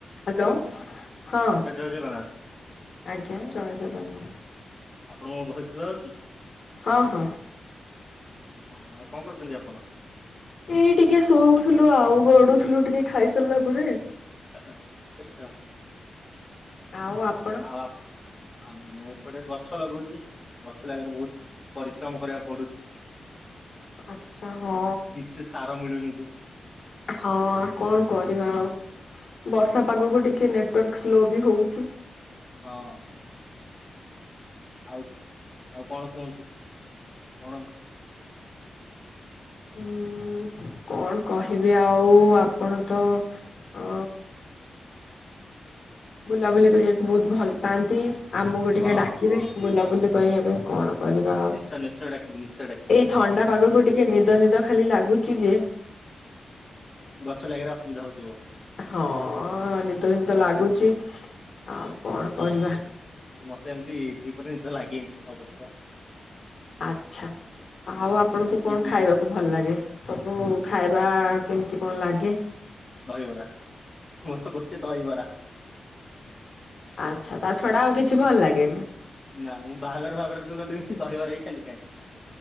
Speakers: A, on the left; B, on the left.
A: Hello ହଁ
B: ଆଜ୍ଞା ଜୟ ଜଗନ୍ନାଥ
A: ଆଜ୍ଞା ଜୟ ଜଗନ୍ନାଥ।
B: ଆପଣଙ୍କୁ ମୋ ଭୟସ ସୁଭା ଯାଉଚି।
A: ହଁ ହଁ।
B: ଓହୋ ଆଉ କଣ କରୁଛନ୍ତି ଆପଣ।
A: ଏଇ ଟିକେ ଶୋଉଥିଲୁ ଆଉ ଗଡୁଥିଲୁ ଟିକେ ଖାଇସାରିଲା ପରେ।
B: ଆଚ୍ଛା।
A: ଆଉ ଆପଣ।
B: ଆଉ ଆପ ଆ ମୁଁ ଏପଟେ ଗଛ ଲଗଉଛି ଗଛ ଲାଗାରେ ବହୁତ ପରିଶ୍ରମ କରିବାକୁ ପଡୁଛି।
A: ଆଚ୍ଛା ହଁ।
B: ଠିକ୍ ସେ ସାର ମିଳୁନି ଯେ।
A: ହଁ କଣ କରିବା ଆଉ ବର୍ଷା ପାଗକୁ ଟିକେ ନେଟୱାର୍କ ସ୍ଲୋ ବି ହଉଛି।
B: ହଁ। ଆଉ ଆଉ କଣ କୁହନ୍ତୁ କଣ।
A: ଉଁ କଣ କହିବି ଆଉ ଆପଣ ତ। ଅ ବୁଲାବୁଲି କରିବାକୁ ବହୁତ ଭଲ ପାଆନ୍ତି ଆମକୁ ଟିକେ
B: ହଁ
A: ଡାକିବେ
B: ହଁ
A: ବୁଲାବୁଲି କରିବା ପାଇଁ କଣ। କରିବା ଆଉ
B: ନିଶ୍ଚୟ ନିଶ୍ଚୟ ଡାକିବି ନିଶ୍ଚୟ ଡାକିବି।
A: ଏଇ ଥଣ୍ଡା
B: ଆପଣ
A: ପାଗକୁ ଟିକେ ନିଦ ନିଦ ଖାଲି ଲାଗୁଛି ଯେ।
B: ଗଛ ଲାଗିବାରେ ଅସୁବିଧା ହଉଥିବ।
A: ହଁ ନିଦ ନିଦ ଲାଗୁଛି ଆଉ କଣ କରିବା।
B: ମତେ ଏମିତି ଦିପହରେ ନିଦ ଲାଗେନି ଅବଶ୍ୟ।
A: ଆଚ୍ଛା ଆଉ ଆପଣଙ୍କୁ
B: ବସିକି
A: କଣ
B: ଟିଭି
A: ଖାଇବାକୁ
B: ଦେଖେ
A: ଭଲ ଲାଗେ। ସବୁ ଖାଇବା କେମିତି କଣ ଲାଗେ।
B: ଦହିବରା ମୋର ତ ଗୋଟେ ଦହିବରା।
A: ଆଚ୍ଛା ତା ଛଡା ଆଉ କିଛି ଭଲ ଲାଗେନି।
B: ନା ମୁଁ ବାହାଘର ଫାହାଘର ବି ଗଲେ ଦହିବରା ହିଁ ଖାଲି ଖାଇବି।